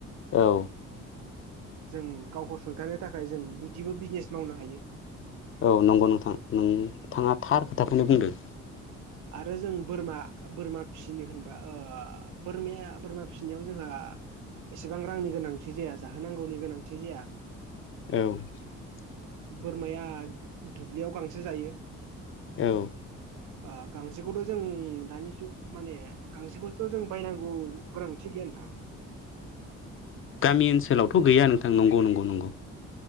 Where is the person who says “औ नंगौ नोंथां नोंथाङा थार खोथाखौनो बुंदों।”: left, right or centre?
Left